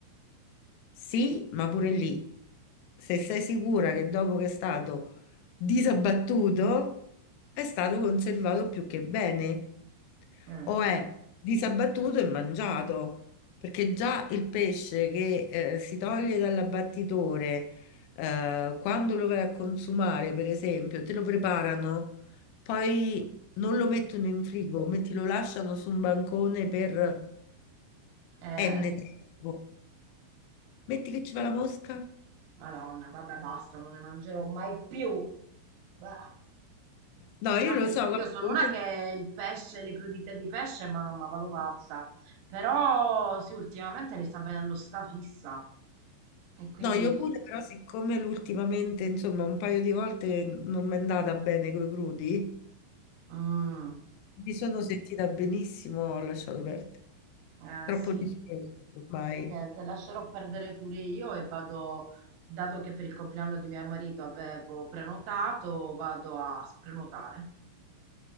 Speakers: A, on the left; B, on the right.
A: Sì, ma pure lì, se sei sicura che dopo che è stato disabbattuto, è stato conservato più che bene,
B: Mm.
A: o è disabbattuto e mangiato, perché già il pesce che eh, si toglie dall'abbattitore, eh, quando lo vai a consumare, per esempio, te lo preparano, poi non lo mettono in frigo, metti, lo lasciano su un bancone per
B: Eh,
A: N tempo. Metti che ci va la mosca?
B: Madonna, vabbè, basta, non ne mangerò mai più. Bah.
A: No, io
B: No,
A: lo
B: che
A: so,
B: poi
A: guarda,
B: io sono
A: perché-
B: una che il pesce, le crudite di pesce, mamma, vado pazza. Però sì, ultimamente mi sta venendo sta fissa. E quindi...
A: no, io pure, però siccome l'ultimamente, insomma, un paio di volte non mi è andata bene coi crudi,
B: mm,
A: mi sono sentita benissimo, ho lasciato perdere.
B: eh
A: Troppo
B: sì.
A: rischioso ormai.
B: E niente, lascerò perdere pure io e vado, dato che per il compleanno di mio marito avevo prenotato, vado a sprenotare,